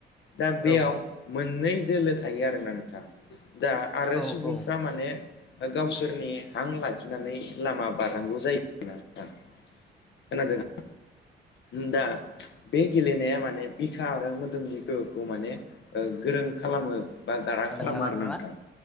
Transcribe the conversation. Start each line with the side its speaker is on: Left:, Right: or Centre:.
Left: दा बेयाव
Centre: औ
Left: मोननै दोलो थायो आरोना नोंथां <inaudible> दा आरो
Centre: औ
Left: सुबुंफ्रा
Centre: औ
Left: माने गावसोरनि हां लाखिनानै लामा बारनांगौ जायो होननानै आं खोनादों दा बे गेलेनाया माने बिखा आरो मोदोमनि गोहोखौ माने गोरों खालामो बा गोरा
Centre: जादोंना
Left: खालामो
Centre: नोंथाङा
Left: आरो नोंथां